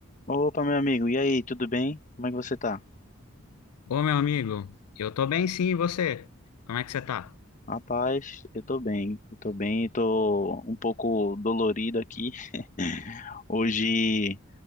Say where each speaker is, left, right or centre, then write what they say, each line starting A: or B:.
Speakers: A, on the left; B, on the left.
A: Opa, meu amigo, e aí, tudo bem? Como é que você tá?
B: Ô, meu amigo, eu tô bem sim, e você? Como é que você tá?
A: Rapaz, eu tô bem, eu tô bem, eu tô um pouco dolorido aqui. <laughs> Hoje